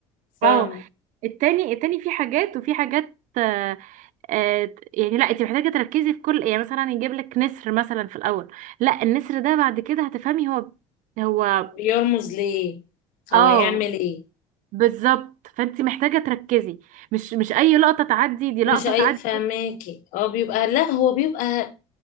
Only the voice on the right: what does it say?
اه التاني التاني فيه حاجات وفي حاجات آه آه يعني لا انت محتاجه تركزي في كل يعني مثلا يجيب لك نسر مثلا في الاول لا النسر ده بعد كده هتفهمي هو هو
اه
بالظبط فانت محتاجه تركزي مش مش اي لقطه تعدي دي لقطه
تعدي